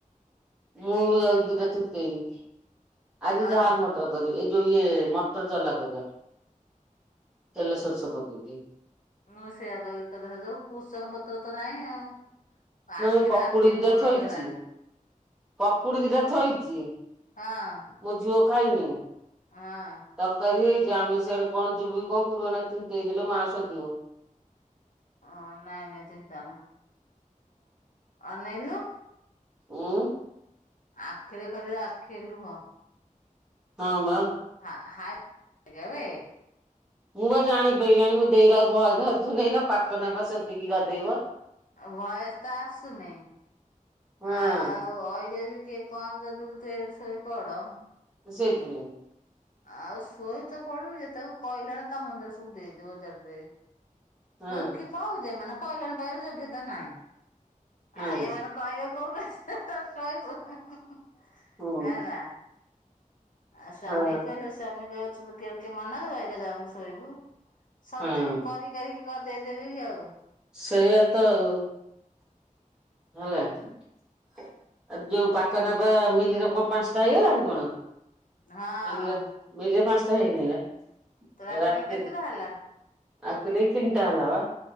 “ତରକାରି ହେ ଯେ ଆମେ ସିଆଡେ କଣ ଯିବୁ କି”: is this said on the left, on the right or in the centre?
Centre